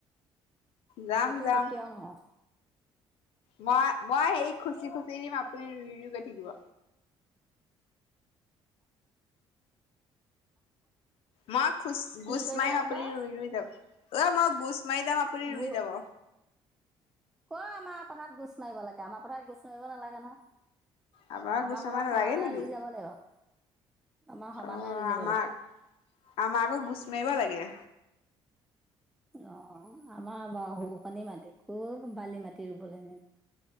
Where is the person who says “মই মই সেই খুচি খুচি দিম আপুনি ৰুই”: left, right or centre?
Left